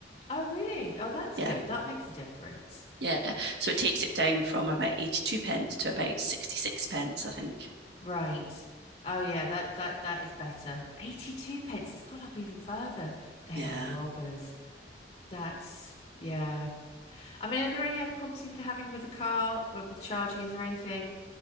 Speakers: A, on the left (about 35°); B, on the right (about 70°).
A: oh really? Oh, that's
B: Yeah,
A: good. That makes a difference.
B: yeah. So it takes it down from about 82 pence to about 66 pence, I think.
A: Right. Oh yeah, that that that is better. 82 pence has gone up even further. They
B: Yeah,
A: are robbers. That's yeah. I mean, are there any other problems you've been having with the car, with with charging? Is there anything?